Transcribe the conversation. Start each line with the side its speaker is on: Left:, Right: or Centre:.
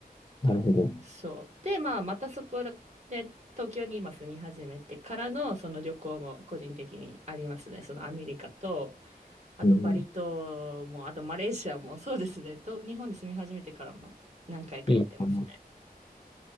Left: なるほど。
Right: そう。で、まあ、またそこで、東京に今住み始めてからの、その旅行も個人的にありますね。そのアメリカと、あとバリ島も、
Left: うん。
Right: あとマレーシアも、そうですね。と、日本に住み始めてからも何回か行ってますね。
Left: いいかな。